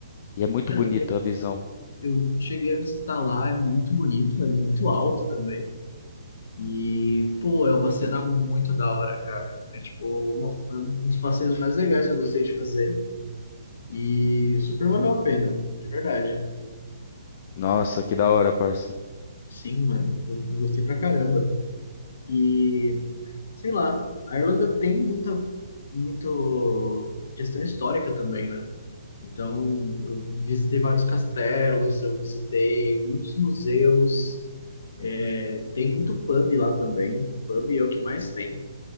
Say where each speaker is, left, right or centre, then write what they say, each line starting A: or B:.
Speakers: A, on the left; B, on the left.
A: e é muito
B: cara,
A: bonito
B: eu
A: a visão.
B: eu cheguei a visitar lá, é muito bonito, é muito alto também. E, pô, é uma cena muito da hora, cara. É tipo, uma, foi um dos passeios mais legais que eu gostei de fazer. E super valeu a pena, de verdade.
A: Nossa, que da hora, parça.
B: Sim, mano, eu eu gostei pra caramba. E. sei lá, a Irlanda tem muita, muito questão histórica também, né? Então, eu visitei vários castelos, eu visitei muitos museus, é, tem muito pub lá também. Pub é o que mais tem.